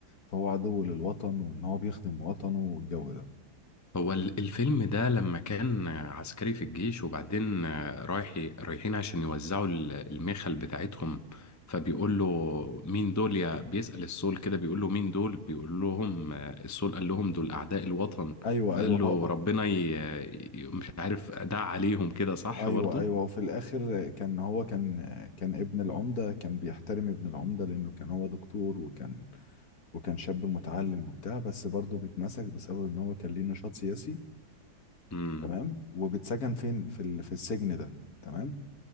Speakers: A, on the left; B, on the left.
A: فهو عدو للوطن وان هو بيخدم وطنه والجو ده
B: هو ال- الفيلم ده لما كان عسكري في الجيش وبعدين رايح رايحين عشان يوزعوا ال- المخل بتاعتهم فبيقول له مين دول يا بيسأل السول كده بيقول له مين دول بيقول لهم السول قال لهم دول أعداء الوطن
A: ايوه
B: فقال
A: ايوه هو
B: له ربنا ي... ي- مش عارف دع عليهم كده صح
A: ايوه
B: برضو
A: ايوه وفي الاخر كان هو كان كان ابن العمده كان بيحترم ابن العمده لانه كان هو دكتور وكان وكان شاب متعلم وبتاع بس برضه بيتمسك بسبب ان هو كان ليه نشاط سياسي
B: امم
A: تمام وبيتسجن فين في ال- في السجن ده تمام